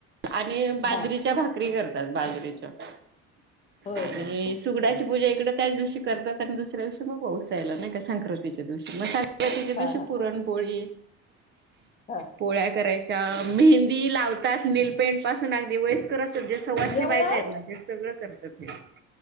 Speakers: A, on the right; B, on the left.
A: आणि बाजरीच्या
B: हां.
A: भाकरी करतात बाजरी. <unintelligible>
B: होय काय?
A: सुगडाची
B: बरं.
A: पूजा इकडं. त्याचं दिवशी करतात आणि दुसऱ्यादिवशी मग वोवसायला नायका संक्रातीच्या दिवशी म सं. बाकीच्या दिवशी
B: हां,
A: पुरणपोळी.
B: हम.
A: पोळ्या करायच्या मेहंदी लावतात नीलपेंट. पासून अगदी वयस्कर असतात जे सवासनी
B: एवढं?
A: बायका आहेत ना ते सगळं करतात. हे